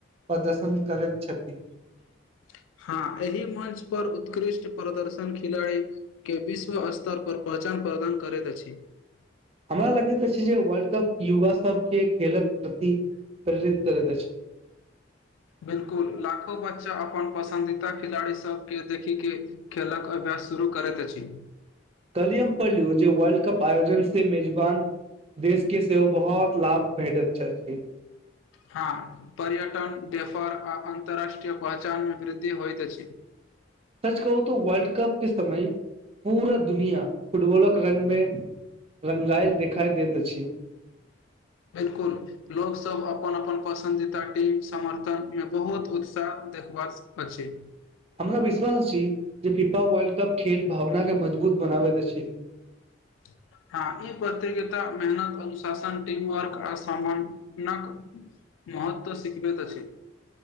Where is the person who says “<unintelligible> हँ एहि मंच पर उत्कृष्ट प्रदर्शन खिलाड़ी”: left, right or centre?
Left